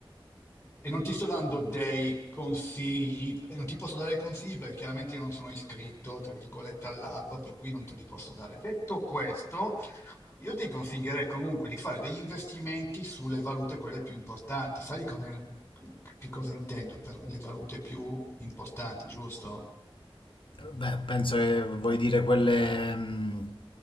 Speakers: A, on the left; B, on the left.
A: E non ti sto dando dei consigli, e non ti posso dare consigli perché chiaramente io non sono iscritto, tra virgolette, all'albo, per cui non te li posso dare. Detto questo, io ti consiglierei comunque di fare degli investimenti sulle valute quelle più importanti. Sai di cosa, che cosa intendo per le valute più importanti, giusto?
B: Beh, penso che vuoi dire quelle mh,